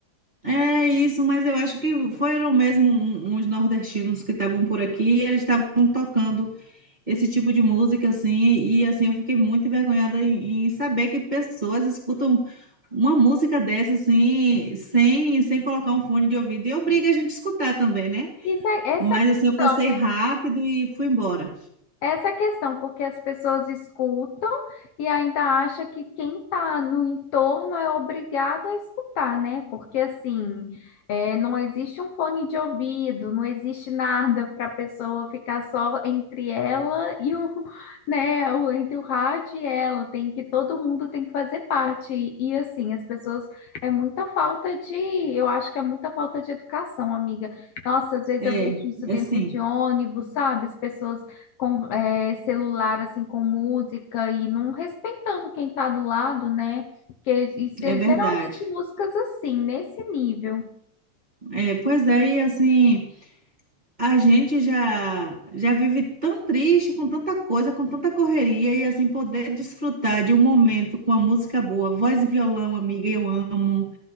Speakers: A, on the right; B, on the left.
A: É isso, mas eu acho que foram mesmo um- uns nordestinos que estavam por aqui e eles estavam tocando. esse tipo de música, assim, e assim, eu fiquei muito envergonhada em, em saber que pessoas escutam uma música dessa, assim, sem, sem colocar um fone de ouvido, e obriga a gente a escutar também, né?
B: Isso é,
A: Mas
B: essa é a
A: assim, eu passei
B: questão.
A: rápido e fui embora.
B: Essa é a questão, porque as pessoas escutam e ainda acha que quem está no entorno é obrigado a escutar, né? Porque assim, é, não existe um fone de ouvido, não existe nada para a pessoa ficar só entre ela e o, <laughs> né, o- entre o rádio e ela. Tem que todo mundo tem que fazer parte. E assim, as pessoas é muita falta de, eu acho que é muita falta de educação, amiga. Nossa, às vezes
A: É,
B: eu vejo isso
A: é
B: dentro
A: assim,
B: de ônibus, sabe? As pessoas com é, celular assim com música e não respeitando quem está do lado, né? Porque isso é
A: é verdade.
B: geralmente músicas assim, nesse nível.
A: É, pois é, e assim, a gente já já vive tão triste com tanta coisa, com tanta correria, e assim, poder desfrutar de um momento com a música boa, voz e violão, amiga, eu amo.